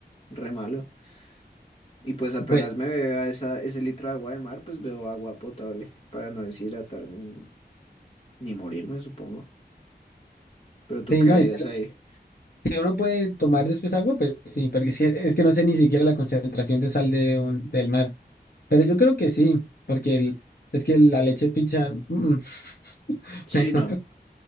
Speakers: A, on the left; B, on the left.
A: re malo. Y pues apenas
B: pues
A: me beba esa, ese litro de agua de mar, pues veo agua potable para no deshidratarme ni, ni morirme, supongo. Pero tú
B: sí,
A: qué
B: no,
A: harías
B: y
A: ahí.
B: Si uno puede tomar después agua, pues sí, porque es que, es que no sé ni siquiera la concentración de sal de un- del mar. Pero yo creo que sí, porque el, es que la leche picha, mm, mm, <laughs>
A: Sí,
B: mejor,
A: no.